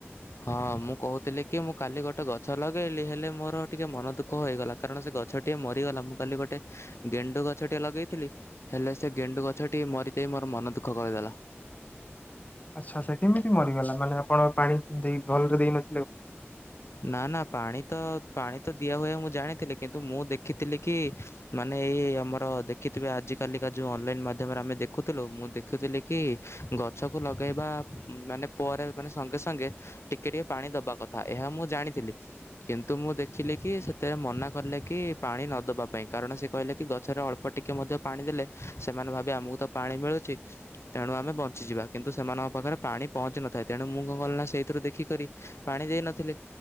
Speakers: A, on the left (about 75°); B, on the left (about 35°).
A: ହଁ ମୁଁ କହୁଥୁଲି କି ମୁଁ କାଲି ଗୋଟେ ଗଛ ଲଗେଇଲି ହେଲେ ମୋର ଟିକେ ମନ ଦୁଃଖ ହୋଇଗଲା କାରଣ ସେ ଗଛଟିଏ ମରିଗଲା। ମୁଁ କାଲି ଗୋଟେ ଗେଣ୍ଡୁ ଗଛ ଟିକେ ଲଗେଇଥିଲି ହେଲେ ସେ ଗେଣ୍ଡୁ ଗଛଟି ମରି ଯାଇ ମୋର ମନ ଦୁଃଖ କରିଦେଲା।
B: ଆଚ୍ଛା ସେ କେମିତି ମରିଗଲା ମାନେ ଆପଣ ପାଣି ଦେଇ ଭଲରେ ଦେଇନ
A: ନା ନା ପାଣି ତ ପାଣି। ତ ଦିଆ ହୁଏ ମୁଁ ଜାଣିଥିଲି କିନ୍ତୁ ମୁଁ ଦେଖିଥିଲି କି ଇ ମାନେ ଏ ଆମର ଦେଖିଥିବେ ଆଜିକାଲି କା ଯୋଉ ଅନଲାଇନ ମାଧ୍ୟମରେ ଆମେ ଦେଖୁଥୁଲୁ ମୁଁ ଦେଖୁଥିଲି କି ଗଛକୁ ଲଗେଇବା ଆ ମାନେ ପରେ ମାନେ ସଙ୍ଗେ ସାଙ୍ଗେ ଟିକେ ଟିକେ ପାଣି ଦେବା କଥା ଏହା ମୁଁ ଜାଣିଥିଲି କିନ୍ତୁ ମୁଁ ଦେଖିଲି କି ସେତେଳେ ମନା କଲେ କି ପାଣି ନ ଦେବା ପାଇଁ କାରଣ ସେ କହିଲେ କି ଗଛରେ ଅଳ୍ପ ଟିକେ ମଧ୍ୟ ପାଣି ଦେଲେ ସେମାନେ ଭାବିବେ ଆମକୁ ତ ପାଣି ମିଳୁଚି ତେଣୁ ଆମେ ବଞ୍ଚିଯିବା କିନ୍ତୁ ସେମାନଙ୍କ ପାଖରେ ପାଣି ପହଞ୍ଚିି ନଥାଏ ତେଣୁ ମୁଁ କଣ କଲି ନା ସେଇଥିରୁ ଦେଖିକରି ପାଣି ଦେଇ ନଥିଲି